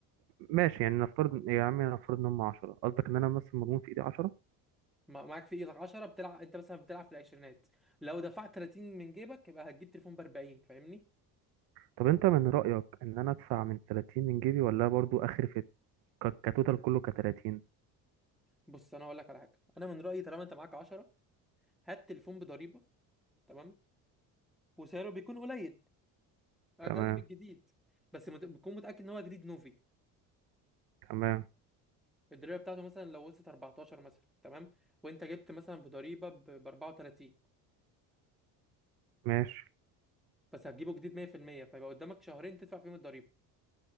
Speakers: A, on the right; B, in the centre.
A: ماشي يعني نفترض يا عمي نفترض ان هم 10 قصدك ان انا مثلا مضمون في ايدي 10
B: مع- معاك في ايدك 10 بتلعب انت مثلا بتلعب في العشرينات لو دفعت 30 من جيبك يبقى هتجيب تليفون ب 40 فاهمني
A: طب انت من رأيك ان انا ادفع من 30 من جيبي ولا برضو اخر في ك- كتوتال كله ك 30
B: بص انا هقول لك على حاجه انا من رايي طالما انت معاك 10 هات تليفون بضريبه تمام وسعره بيكون قليل اقل
A: تمام
B: من الجديد بس مت- بتكون متاكد ان هو جديد نوفي
A: تمام
B: الضريبه بتاعته مثلا لو وصلت 14 مثلا تمام وانت جبت مثلا بضريبه ب 34
A: ماشي
B: بس هتجيبه جديد 100% فيبقى قدامك شهرين تدفع فيهم الضريبة